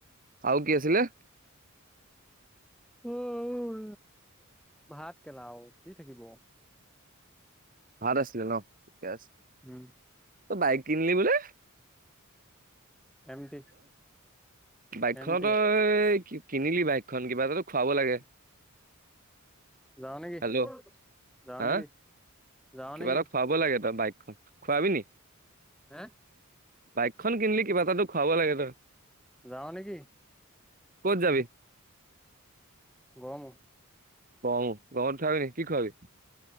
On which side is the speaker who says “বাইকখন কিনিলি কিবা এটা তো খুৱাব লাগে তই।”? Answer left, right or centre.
Right